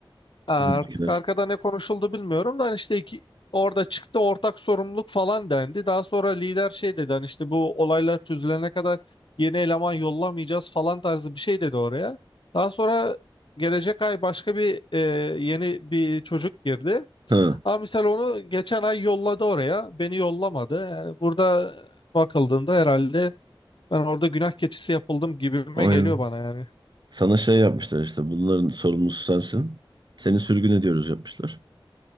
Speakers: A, on the left; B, on the right.
A: Ee, Artık
B: Filmdekiler.
A: arkada ne konuşuldu bilmiyorum da hani işte iki, orada çıktı ortak sorumluluk falan dendi. Daha sonra lider şey dedi hani işte bu olaylar çözülene kadar yeni eleman yollamayacağız falan tarzı bir şey dedi oraya. Daha sonra gelecek ay başka bir e, yeni bir çocuk girdi.
B: Ha,
A: Ama misal onu geçen ay yolladı oraya. Beni yollamadı. Yani burada bakıldığında herhalde ben orada günah keçisi yapıldım gibime
B: aynen.
A: geliyor bana yani.
B: Sana şey yapmışlar işte bunların sorumlusu sensin. Seni sürgün ediyoruz yapmışlar.